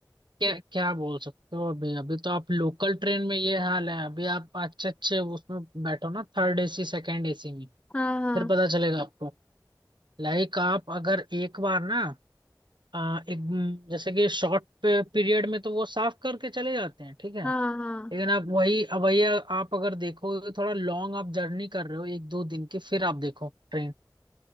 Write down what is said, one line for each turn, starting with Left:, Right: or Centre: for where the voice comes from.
Right: क्या क्या बोल सकते हो अभी अभी तो आप लोकल ट्रेन में ये हाल है अभी आप अच्छे अच्छे उसमें बैठो ना थर्ड एसी सेकंड एसी में
Left: हाँ हाँ
Right: फिर पता चलेगा आपको लाइक आप अगर एक बार ना आ, एक जैसे कि शॉर्ट पीरियड में तो वो साफ करके चले जाते हैं ठीक है
Left: हाँ हाँ
Right: लेकिन आप वही अब वही आप अगर देखो थोड़ा लॉन्ग आप जर्नी कर रहे हो एक दो दिन की फिर आप देखो ट्रेन